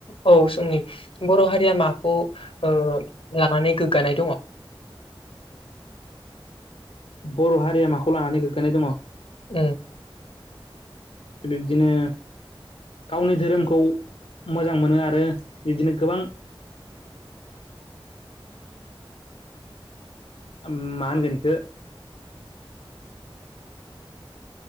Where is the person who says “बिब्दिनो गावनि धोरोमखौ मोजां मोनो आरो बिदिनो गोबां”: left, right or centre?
Left